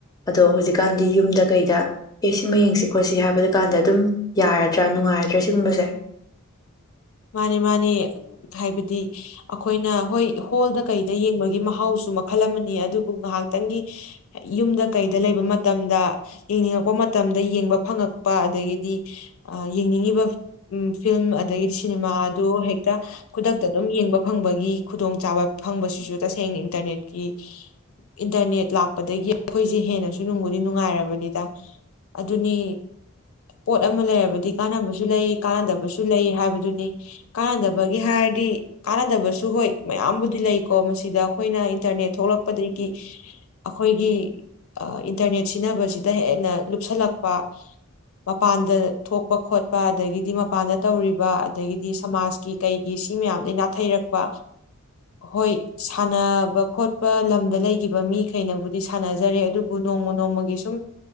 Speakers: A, on the left (about 15°); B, on the left (about 75°).
A: ꯑꯗꯣ ꯍꯧꯖꯤꯛꯀꯥꯟꯗꯤ ꯌꯨꯝꯗ ꯀꯩꯗ ꯑꯦ ꯁꯤꯃ ꯌꯦꯡꯁꯤ ꯈꯣꯠꯁꯤ ꯍꯥꯏꯕꯗꯨ ꯀꯥꯟꯗ ꯑꯗꯨꯝ ꯌꯥꯔꯗ꯭ꯔꯥ ꯅꯨꯡꯉꯥꯏꯔꯗ꯭ꯔꯥ ꯁꯤꯒꯨꯝꯕꯁꯦ
B: ꯃꯥꯅꯤ ꯃꯥꯅꯤ ꯍꯥꯏꯕꯗꯤ ꯑꯩꯈꯣꯏꯅ ꯍꯣꯏ ꯍꯣꯜꯗ ꯀꯩꯗ ꯌꯦꯡꯕꯒꯤ ꯃꯍꯥꯎꯁꯨ ꯃꯈꯜ ꯑꯃꯅꯤ ꯑꯗꯨꯕꯨ ꯉꯥꯏꯍꯥꯛꯇꯪꯒꯤ ꯌꯨꯝꯗ ꯀꯩꯗ ꯂꯩꯕ ꯃꯇꯝꯗ ꯌꯦꯡꯅꯤꯡꯉꯛꯄ ꯃꯇꯝꯗ ꯌꯦꯡꯕ ꯐꯪꯉꯛꯄ ꯑꯗꯒꯤꯗꯤ ꯌꯦꯡꯅꯤꯡꯉꯤꯕ ꯎ ꯐꯤꯂꯝ ꯑꯗꯒꯤꯗꯤ ꯁꯤꯅꯦꯃꯥ ꯑꯗꯨ ꯍꯦꯛꯇ ꯈꯨꯗꯛꯇ ꯑꯗꯨꯝ ꯌꯦꯡꯕ ꯐꯪꯕꯒꯤ ꯈꯨꯗꯣꯡꯆꯥꯥꯕ ꯐꯪꯕꯁꯤꯁꯨ ꯇꯁꯦꯡꯅ ꯏꯟꯇꯔꯅꯦꯠꯀꯤ ꯏꯟꯇꯔꯅꯦꯠ ꯂꯥꯛꯄꯗꯒꯤ ꯑꯩꯈꯣꯏꯁꯦ ꯍꯦꯟꯅꯁꯨ ꯅꯨꯡꯕꯨꯗꯤ ꯅꯨꯡꯉꯥꯏꯔꯕꯅꯤꯗ ꯑꯗꯨꯅꯤ ꯄꯣꯠ ꯑꯃ ꯂꯩꯔꯕꯗꯤ ꯀꯥꯟꯅꯕꯁꯨ ꯂꯩ ꯀꯥꯟꯅꯗꯕꯁꯨ ꯂꯩ ꯍꯥꯏꯕ ꯑꯗꯨꯅꯤ ꯀꯥꯟꯅꯗꯕꯒꯤ ꯍꯥꯏꯔꯗꯤ ꯀꯥꯟꯅꯗꯕꯁꯨ ꯍꯣꯏ ꯃꯌꯥꯝꯕꯨꯗꯤ ꯂꯩꯀꯣ ꯃꯁꯤꯗ ꯑꯩꯈꯣꯏꯅ ꯏꯟꯇꯔꯅꯦꯠ ꯊꯣꯛꯂꯛꯄꯗꯒꯤ ꯑꯩꯈꯣꯏꯒꯤ ꯏꯟꯇꯔꯅꯦꯠ ꯁꯤꯖꯤꯟꯅꯕꯁꯤꯗ ꯍꯦꯟꯅ ꯂꯨꯞꯁꯜꯂꯛꯄ ꯃꯄꯥꯟꯗ ꯊꯣꯛꯄ ꯈꯣꯠꯄ ꯑꯗꯒꯤꯗꯤ ꯃꯄꯥꯟꯗ ꯇꯧꯔꯤꯕ ꯑꯗꯒꯤꯗꯤ ꯁꯃꯥꯖꯀꯤ ꯀꯩꯒꯤ ꯁꯤ ꯃꯌꯥꯝꯗꯒꯤꯩ ꯅꯥꯊꯩꯔꯛꯄ ꯍꯣꯏ ꯁꯥꯟꯅꯕ ꯈꯣꯠꯄ ꯂꯝꯗ ꯂꯩꯈꯤꯕ ꯃꯤꯈꯩꯅꯕꯨꯗꯤ ꯁꯥꯟꯅꯖꯔꯦ ꯑꯗꯨꯕꯨ ꯅꯣꯡꯃ ꯅꯣꯡꯃꯒꯤ ꯁꯨꯝ